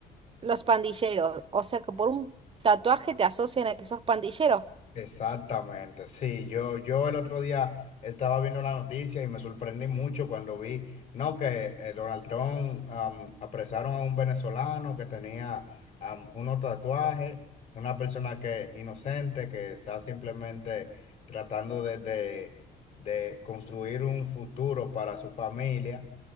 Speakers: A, on the right; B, on the left.
A: los pandilleros. O sea que por un tatuaje te asocian a que sos pandillero.
B: Exactamente, sí, yo, yo el otro día estaba viendo la noticia y me sorprendí mucho cuando vi, no, que eh, Donald Trump am, apresaron a un venezolano que tenía am, unos tatuajes, una persona que inocente, que está simplemente tratando de, de, de construir un futuro para su familia